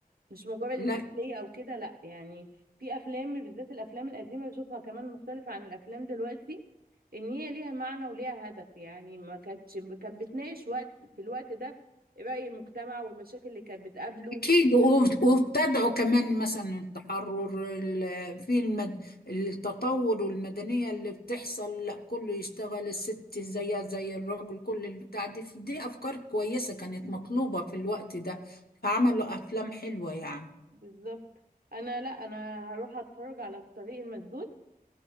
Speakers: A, on the right; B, on the left.
A: مش مجرد
B: لا
A: التسلية او كده لا يعني في افلام بالذات الافلام القديمة بشوفها كمان مختلفة عن الافلام دلوقتي ان هي ليها معنى وليها هدف يعني ما كانتش كانت بتناقش وقت في الوقت ده رأي المجتمع والمشاكل اللي كانت بتقابله
B: أكيد وب- وابتدعوا كمان مثلا التحرر ال- في المد... التطور والمدنية اللي بتحصل لا كله يشتغل الست زيها زي الراجل كل البتاع دي دي أفكار كويسة كانت مطلوبة في الوقت ده فعملوا أفلام حلوة يعني
A: بالظبط انا لا انا هروح اتفرج على الطريق المسدود